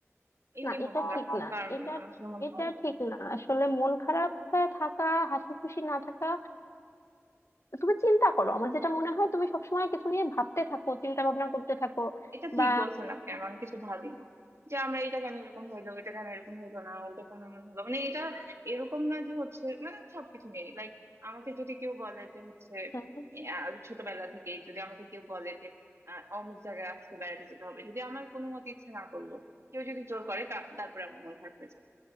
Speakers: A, on the right; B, on the left.
A: এমনি
B: না এটা
A: মন খারাপ
B: ঠিক
A: কোনো
B: না
A: কারণ
B: এটা
A: নেই আমার শুধু মন
B: এটা
A: খারাপ
B: ঠিক না আসলে মন খারাপ থাকা হাসি খুশি না থাকা তুমি চিন্তা করো আমার যেটা মনে হয় তুমি সবসময় কিছু নিয়ে ভাবতে থাকো চিন্তা ভাবনা করতে থাকো
A: এটা
B: বা
A: ঠিক বলছেন আপনি আমি অনেক কিছু ভাবি না যে আমরা এটা কেন এরকম হইলো এটা কেন এরকম হইলো না ওইটা কেন এমন হলো মানে এটা এরকম না যে হচ্ছে মানে আমি সবকিছু নিয়ে লাইক আমাকে যদি কেউ বলে যে হচ্ছে
B: হুম
A: আহ, ছোটবেলা থেকে যদি আমাকে কেউ বলে যে আহ, অমুক জায়গায় আজকে বেড়াতে যেতে হবে যদি আমার কোনো মতে ইচ্ছে না করলো কেউ যদি জোর করে তা- তারপরে আমার মন খারাপ হয়েছে